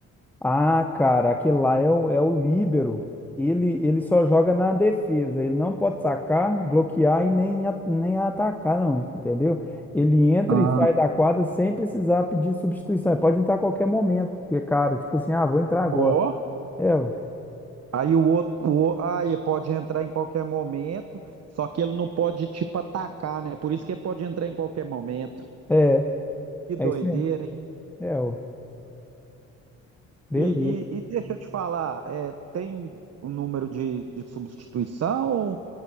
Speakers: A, in the centre; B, on the right.
A: Ah, cara, aquele lá é o, é o líbero. Ele, ele só joga na defesa. Ele não pode sacar, bloquear e nem, a- nem atacar, não. Entendeu? Ele entra
B: Ah,
A: e sai da quadra sem precisar pedir substituição. Ele pode entrar a qualquer momento. Porque, cara, tipo assim, ah, vou entrar agora.
B: ó,
A: É, ué.
B: Aí o outro, o, o- ah, ele pode entrar em qualquer momento, só que ele não pode, tipo, atacar, né, por isso que ele pode entrar em qualquer momento.
A: é,
B: Que doideira,
A: é isso mesmo.
B: hein?
A: É, ué. beleza.
B: E, e- e deixa eu te falar, é, tem o número de, de substituição? Ou,